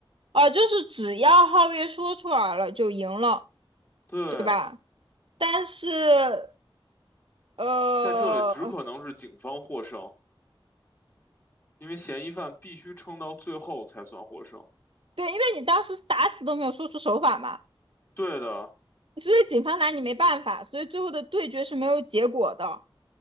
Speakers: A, on the right; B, on the left.
A: 啊，就是只要皓月说出来了就赢了，
B: 对，
A: 对吧？但是呃，
B: 在这里只可能是警方获胜，因为嫌疑犯必须撑到最后才算获胜。
A: 对，因为你当时是打死都没有说出手法嘛，
B: 对的，
A: 所以警方拿你没办法，所以最后的对决是没有结果的。